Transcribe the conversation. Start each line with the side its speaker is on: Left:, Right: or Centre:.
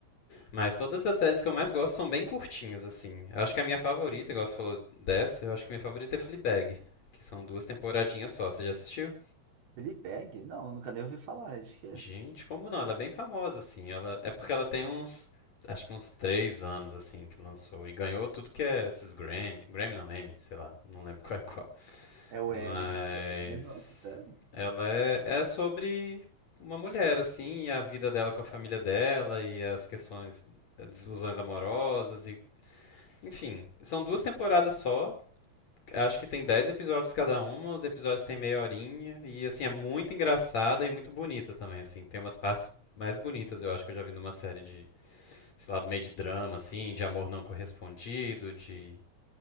Left: Mas todas as séries que eu mais gosto são bem curtinhas, assim. Eu acho que a minha favorita, igual você falou dessa, eu acho que a minha favorita é Fleabag, que são duas temporadinhas só. Você já assistiu?
Right: Fleabag? Não, nunca nem ouvi falar. Acho que é,
Left: Gente, como não? Ela é bem famosa, assim. Ela... É porque ela tem uns, acho que uns três anos, assim, que lançou. E ganhou tudo que é esses Grammy. Grammy não, Emmy, sei lá. Não lembro <laughs> qual é qual.
Right: é o
Left: Mas
Right: M de série. Mas, nossa, sério?
Left: ela é, é sobre uma mulher, assim, e a vida dela com a família dela e as questões, as desilusões amorosas e Enfim, são duas temporadas só. Acho que tem 10 episódios cada uma, os episódios têm meia horinha e assim é muito engraçada e muito bonita também, assim, tem umas partes mais bonitas, eu acho que eu já vi numa série de, sei lá, do meio de drama assim, de amor não correspondido, de,